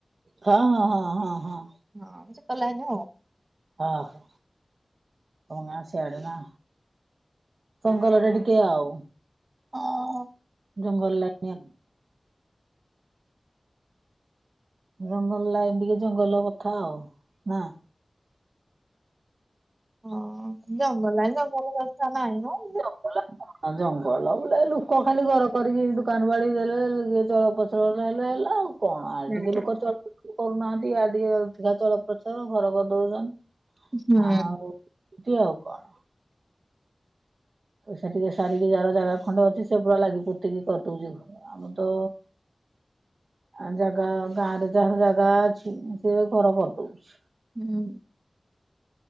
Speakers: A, on the right; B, on the right.
A: ହଁ ହଁ ହଁ ହଁ ହଁ।
B: ହଁ ସେ କଲାନି ଆଉ।
A: ଓ ହ ତମ ଗାଁ ସେଇଡ ନା। ଜଙ୍ଗଲଟା ଟିକେ ଆଉ।
B: ଆଁ।
A: ଜଙ୍ଗଲ ଲ <unintelligible> ଜଙ୍ଗଲ ଲାଇନ ଟିକେ ଜଙ୍ଗଲ କଥା ଆଉ ନା?
B: ହଁ ଜଙ୍ଗଲ ଜଙ୍ଗଲ କଥା ନାହି ମ
A: <unintelligible> ହ ଜଙ୍ଗଲ ବୋ ଲୋକ ଖାଲି ଘର କରିକି ଦୋକାନ ବାଡି ଦେଲେ ଜଳପଚଳରେ ହେଲେ ହେଲା ଆଉ। କଣ ଆ
B: ଏମିତି
A: ଟିକେ ଲୋକ ଚଳପ୍ରଚାର କରୁନାହାନ୍ତି ଆ ଟିକେଧିକା ଚଳପ୍ରଚାର ଘର କରିଦଉଛନ୍ତି।
B: ହୁଁ।
A: ଆଉ ଏମିତି ଆଉ କଣ? ପଇସା ଟିକେ ସାରିକି ଯାହାର ଜାଗା ଖଣ୍ଡେ ଅଛି ସେ ପୁରା ଲାଗି ପୁତିକି କରିଦଉଛି ଘ ଆମ ତ ଆ ଜାଗା ଗାଁ ରେ ଯାହାର ଜାଗା ଅଛି ସେ ଘର କରିଦଉଛି।
B: ହୁଁ।